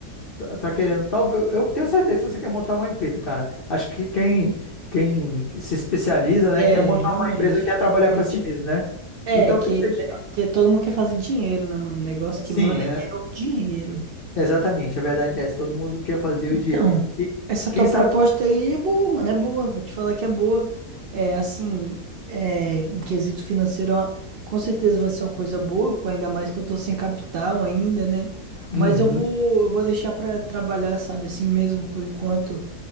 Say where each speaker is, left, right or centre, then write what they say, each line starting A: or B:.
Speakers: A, on the left (about 45°); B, on the right (about 80°).
A: tá, tá querendo, talvez, eu tenho certeza que você quer montar uma empresa, cara. Acho que quem, quem se especializa,
B: É,
A: né, quer montar
B: realmente,
A: uma empresa, quer trabalhar
B: realmente.
A: para si mesmo, né?
B: É,
A: Então,
B: que,
A: por que que a gente...
B: é que todo mundo quer fazer dinheiro, né, mano? O negócio
A: Sim,
B: que manda
A: é,
B: é o dinheiro.
A: exatamente, a verdade é essa, todo mundo quer fazer o
B: Então,
A: dinheiro. E
B: essa
A: quem
B: tua
A: sabe...
B: proposta aí é boa, mano, é boa. Vou te falar que é boa. É, assim, é, em quesito financeiro, ó, com certeza vai ser uma coisa boa, pô, ainda mais que eu tô sem capital ainda, né?
A: Uhum,
B: Mas eu vou, eu vou deixar pra trabalhar, sabe, assim mesmo, por enquanto,